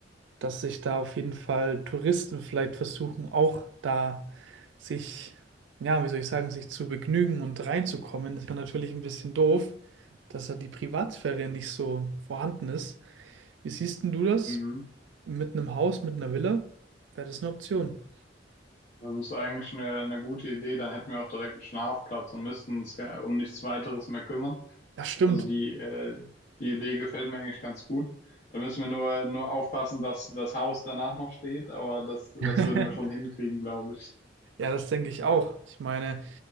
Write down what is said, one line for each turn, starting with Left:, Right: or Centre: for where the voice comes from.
Right: dass sich da auf jeden Fall Touristen vielleicht versuchen, auch da sich, ja, wie soll ich sagen, sich zu begnügen und reinzukommen. Das wäre natürlich ein bisschen doof, dass da die Privatsphäre nicht so vorhanden ist. Wie siehst denn du das?
Left: Mhm.
Right: Mit einem Haus, mit einer Villa? Wäre das eine Option?
Left: Das ist eigentlich eine, eine gute Idee. Dann hätten wir auch direkt einen Schlafplatz und müssten uns gar- um nichts weiteres mehr kümmern.
Right: Das stimmt.
Left: Also die, äh, die Idee gefällt mir eigentlich ganz gut. Da müssen wir nur, nur aufpassen, dass das Haus danach noch steht, aber das,
Right: <laughs>
Left: das würden wir schon hinkriegen, glaube ich.
Right: Ja, das denke ich auch. Ich meine,